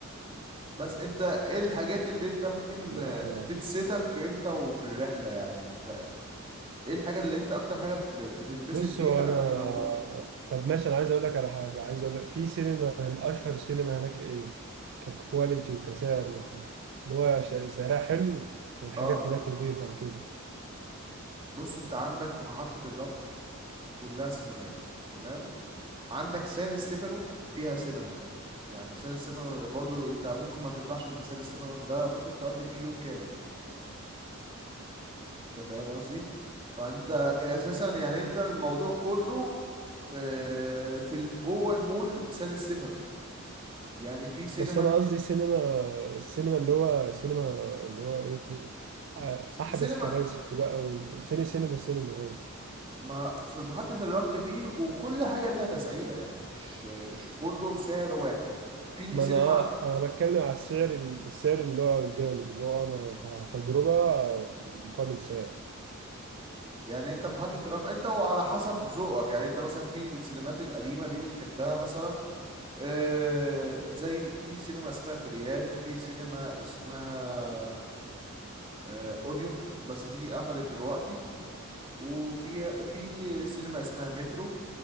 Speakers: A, on the right; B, on the right.
A: بس انت ايه الحاجات اللي انت ممكن آه،
B: احلى
A: تبسطك انت وفي الرحلة يعني انت ايه الحاجة اللي انت اكتر حاجة ب- بتنبسط
B: بص
A: بيها
B: هو انا
A: لما تبقى موجود فيها
B: طب ماشي انا عايز اقول لك على حاجه عايز اقول لك في سينما هن- اشهر سينما هناك ايه ككواليتي وكسعر وك... اللي هو ش- سعرها حلو والحاجات
A: اه
B: هناك نظيفه وكده
A: بص انت عندك محطة الرمل كلها سينمات تمام عندك سان ستيفانو فيها سينما يعني سان ستيفانو برضو انت ممكن ما تطلعش من سان ستيفانو ده ممكن تقضي فيه يوم كامل انت فاهم قصدي فانت اساسا يعني انت الموضوع كله آه، في ال- جوه المول سان ستيفانو يعني في سينما
B: بس انا قصدي سينما السينما اللي هو سينما اللي هو ايه آه،
A: س-
B: احدث
A: سينما
B: كراسي بقى وسيني سينما سينما يعني
A: ما في محطة الرمل فيه وكل حاجة ليها تسعيرة يعني مش مش كله سعر واحد في
B: ما
A: سينما
B: انا اه انا بتكلم على السعر ال- السعر اللي هو الجامد اللي هو انا ت- تجربه مقابل سعر
A: يعني انت محطة الرمل انت وعلى حسب ذوقك يعني انت مثلا في السينمات القديمة دي بتحبها مثلا آه، زي في سينما اسمها في ريال في سينما اسمها آه، اوديون بس دي قفلت دلوقتي وفي في سينما اسمها مترو